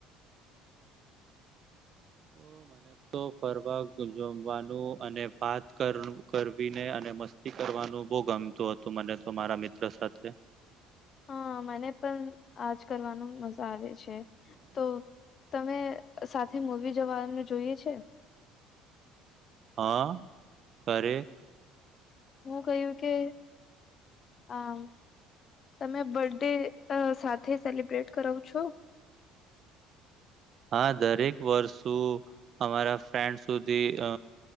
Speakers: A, on the right (about 45°); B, on the left (about 40°).
A: ઓ મને તો ફરવા જમવાનું અને વાત કરવીને અને મસ્ત કરવાનું બહુ ગમતુ હતુ, મને તો મારા મિત્ર સાથે
B: હા મને પણ આજ કરવાનું મજા આવે છે, તો તમે સાથે મવી જવાનું જોઈએ છે.
A: હા કર
B: હુ કહ્યુ કે આ તમે બર્થ ડે સાથે સેલિબ્રેટ કરાવો છો.
A: હા દરેક વર્ષું અમારા ફન્ડ સુધી અ